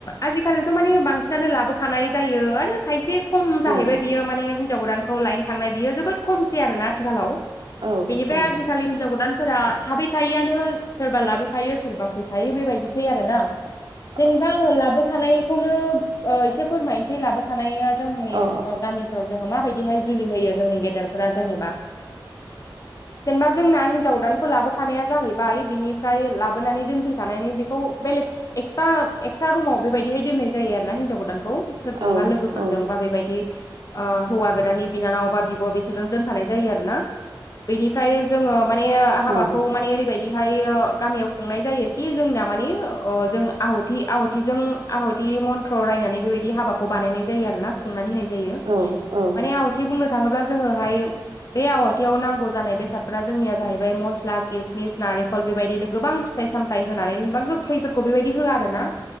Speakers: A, on the left (about 40°); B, on the right (about 65°).
A: आजिखालिथ' मानिबांसिनानो लाबोखानाय जायो आरो खायसे खम जाहैबाय
B: औ
A: बियो माने हिनजाव गोदानखौ लायनो थांनाय बियो जोबोद खमसै आरो ना आथिखालाव
B: औ
A: बेनिफ्राय
B: औ
A: आजिखालि हिनजाव गोदानफोरा थाबैखायिआनो सोरबा लाबोखायो सोरबा फैखायो बेबायदिसै आरै ना।
B: <inaudible>
A: जेनेबा आङो लाबोखानायखौनो ओ एसे फोरमायनोसै लाबोखानाया जोंनि
B: औ
A: गामिफोराव जोङो माबायदिहाय जुलि होयो जोंनि गेदेरफोरा जेनेबा
B: <inaudible>
A: जेनेबा जोंना हिनजाव गोदानखौ लाबोखानाया जाहैबाय बिनिफ्राय लाबोनानै दोनफैखानानै बेखौ बेलेग एक्सट्रा एक्सट्रा रुमाव बेबायाददिहाय दोननाय जायो आरो ना हिन्जाव गोदानखौ सोरजोंबा
B: औ
A: लोगो
B: औ
A: बा बेबायदि ओ हौवा गोदाननि बिनानाव बा बिब' बिसोरजों दोनफानाय जायो आरो ना बेनि फ्राय जोङो माने
B: औ
A: हाबाखौ माने ओरैबायदि बेहायो गामियाव खुंनाय जायोखि जोंना मानि जों आहुथि आहाथिजों आहुथिदि मन्थ्र रायनानै बेबायदि हाबाखौ बानायनाय जायो आरो ना खुंनानै होनाय जाय।
B: औ औ
A: माने आहु थि बुंनो थाङोब्ला जोङोहाय बे आवाथायाव नांगौ जानाय बेसादफोरारा जोंनिया जाहैबाय मस्ला किसमिस नारेंखल बेबायदिनो गोबां फि फिथाइ सामथाय होनानै जेनेबा गोखैफोरखौ बेबायदि होआ आरो ना।